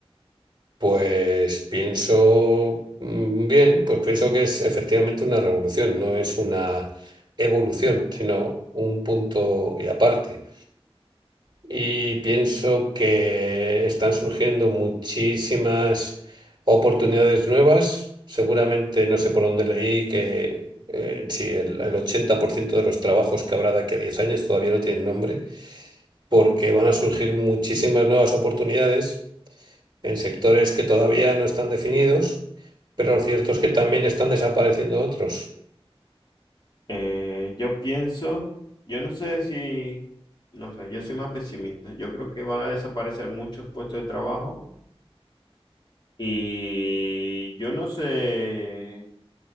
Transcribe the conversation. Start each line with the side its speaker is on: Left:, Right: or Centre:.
Right: Pues pienso mm, bien, pues pienso que es efectivamente una revolución, no es una evolución, sino un punto y aparte. y pienso que están surgiendo muchísimas oportunidades nuevas. Seguramente, no sé por dónde leí, que eh, sí, el, el 80% de los trabajos que habrá de aquí a 10 años todavía no tienen nombre, porque van a surgir muchísimas nuevas oportunidades en sectores que todavía no están definidos, pero lo cierto es que también están desapareciendo otros.
Left: Eh, yo pienso, yo no sé si, no sé, yo soy más pesimista. Yo creo que van a desaparecer muchos puestos de trabajo y yo no sé